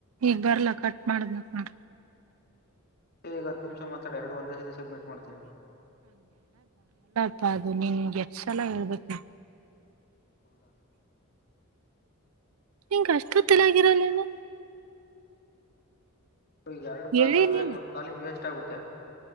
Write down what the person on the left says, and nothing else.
ಹೇಗ ಹತ್ತು ನಿಮಿಷ ಮಾತ್ರಡ ಎರಡು ಒಂದೇ ಸರ್ತಿ ಸಬ್ಮಿಟ್ ಮಾಡ್ತೀನಿ
ಹದ
ಈಗ ಎರಡು
ಕಲ್ದು ಒಂದ್ ಕಾಲಿಗೆ ವೇಸ್ಟ್ ಆಗುತ್ತೆ